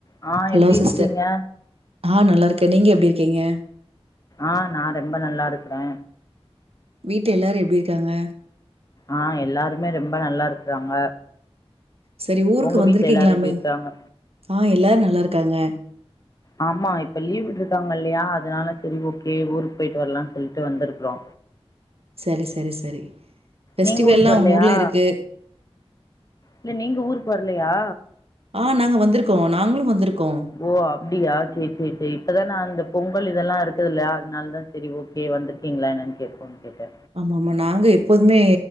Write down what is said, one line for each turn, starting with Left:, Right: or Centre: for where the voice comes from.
Left: ஆ
Right: hello
Left: எப்படி இருக்கிறீங்க?
Right: sister ஆ நல்லா இருக்கே நீங்க எப்டி இருக்கீங்க
Left: ஆ நா ரொம்ப நல்லா இருக்கிறே
Right: வீட்ல எல்லாரு எப்டி இருக்காங்க
Left: ஆ எல்லாருமே ரொம்ப நல்லா இருக்குறாங்க
Right: சரி ஊருக்கு
Left: உங்க
Right: வந்திருக்கீங்களாமே
Left: வீட்ல எல்லாரு எப்டி இருக்காங்க
Right: ஆ எல்லாரு நல்லாருக்காங்க
Left: ஆமா இப்ப லீவ் விட்டுட்டாங்க இல்லையா அதனால சரி ஓகே ஊருக்கு போயிட்டு வரலான்னு சொல்லிட்டு வந்திருக்குறோ
Right: சரி சரி சரி ஃபெஸ்டிவல்லா
Left: நீங்க ஊருக்கு வரலையா?
Right: உங்க ஊர்ல இருக்கு
Left: இல்ல நீங்க ஊருக்கு வரலையா
Right: ஆ நாங்க வந்திருக்கோ நாங்களு வந்திருக்கோ
Left: ஓ அப்டியா சேரி சேரி சேரி இப்பதா நான் அந்த பொங்கல் இதெல்லா இருக்குது இல்ல அதுனாலதா செரி ஓகே வந்திருக்கீங்களா என்னான் கேப்போன்னு கேட்டே
Right: ஆமா ஆமா நாங்க எப்போதுமே